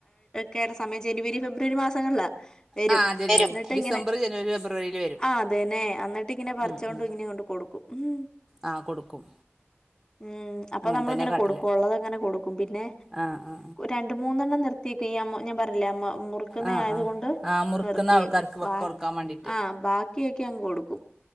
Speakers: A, on the left (about 20°); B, in the centre.
A: കേട്ട സമയം ജനുവരി ഫെബ്രുവരി മാസങ്ങളിലാ. വരും.
B: ആ ജനുവരി
A: എന്നിട്ട്
B: ഡിസംബർ
A: ഇങ്ങനെ
B: ജനുവരി ഫെബ്രുവരിയില് വരും
A: ആ അതന്നെ എന്നിട്ട് ഇങ്ങനെ പറച്ചൊണ്ടും
B: ഉം ഉം
A: ഇങ്ങനെ കൊടുക്കും. ഉം.
B: ആ കൊടുക്കും.
A: ഉം. അപ്പൊ
B: അങ്ങനെ
A: നമ്മള
B: തന്നെ
A: ഇങ്ങനെ
B: കാട്ടല്
A: കൊടുക്കും. ഉള്ളത് ഇങ്ങനെ കൊടുക്കും. പിന്നെ
B: ആ ആ
A: രണ്ടു മൂന്നെണ്ണം നിർത്തിയേക്ക അമ്മ ഞാൻ പറഞ്ഞില്ലേ അമ്മ മുറുക്കുന്ന
B: ആ ആ
A: ആയതുകൊണ്ട്
B: ആ ആ മുറുക്കുന്ന
A: നിർത്തിയേക്കും.
B: ആൾക്കാർക്ക് വെക്ക കൊടുക്കാൻ വേണ്ടിട്ട്
A: ആ ബാക്കിയെക്കെ അങ്ങ് കൊടുക്കും.